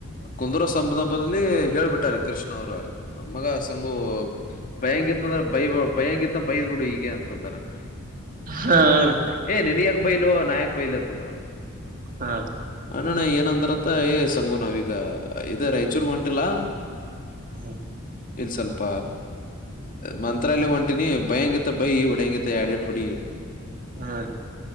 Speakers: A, on the left; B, on the right.
A: ಕುಂದೂರು ಸಂಬ್ದ್ ಹಬ್ಬದಲ್ಲಿ. ಹೇಳ್ಬಿಟ್ಟಾರೆ ಕೃಷ್ಣ ಅವ್ರು ನಮ್ಮ ಮ ಮಗ ಸ್. ಸಂಭು ಬೈಹಂಗಿತ್ತ ಅಂದ್ರೆ ಬೈಬೇಕ್. ಬೈಯಂಗಿತ್ತ ಬೈದ್ ಬಿಡು ಈಗೇನ್ ದೊಡ್ಡ <unintelligible>
B: ಹಾ ರೀ
A: ಹೇ ನಿನಗ್ ಯಾಕ್ ಬೈಲೋ ನಾ ಯಾಕ್ ಬೈಲೋ <unintelligible>
B: ಹಾ
A: ನೋಡಣ ಏನಂದಾರತ್ತ ಏ ಸಂಗು ನಾವೀಗ ಇದರ ರಾಯಚೂರ್ ಹೊಂಟಿಲ್ಲ.
B: ಹ್ಮ
A: ಇಲ್ ಸ್ವಲ್ಪ ಮಂತ್ <unintelligible> ಒಂಟಿನಿ ಬೈಯಂಗಿದ್. ಬೈ ಹೊಡೆಂಗಿದ್ರೆ ಎರಡೆಟ್ ಹೊಡಿ
B: ಹಾ ರೇ